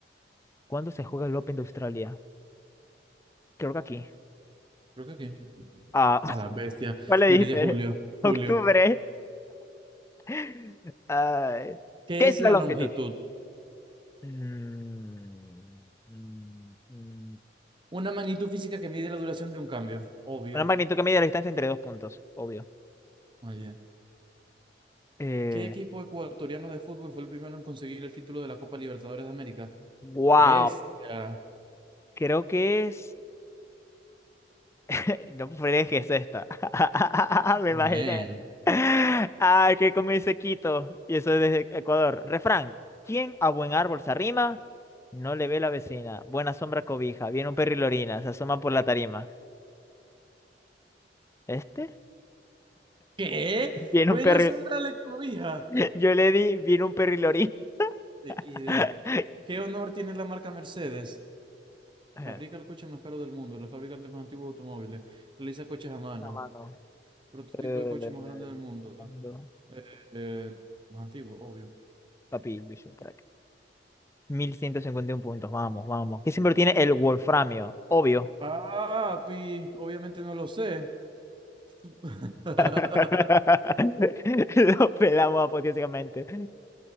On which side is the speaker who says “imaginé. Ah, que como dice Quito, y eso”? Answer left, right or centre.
Left